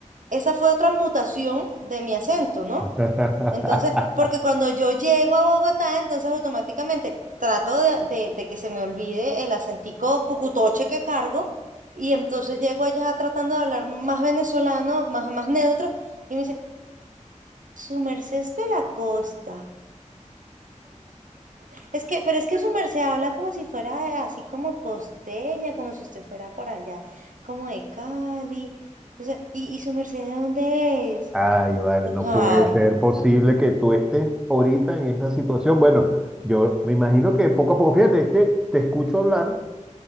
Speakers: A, on the right (about 80°); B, in the centre.
A: esa fue otra mutación de mi acento, ¿no?
B: <laughs>
A: Entonces, porque cuando yo llego a Bogotá, entonces automáticamente trato de, de- de que se me olvide el acentico cucutoche que cargo y entonces llego allá tratando de hablar más venezolano, más, más neutro y me dice, su merced es de la costa. Es que, pero es que su merced habla como si fuera así como costeña, como si usted fuera por allá, como de Cali. O sea, ¿y, y su merced de dónde es?
B: Ay, vale, no
A: Ay,
B: puede ser
A: o
B: posible
A: sea,
B: que tú estés ahorita en esa situación. Bueno, yo me imagino que poco a poco, fíjate, es que te escucho hablar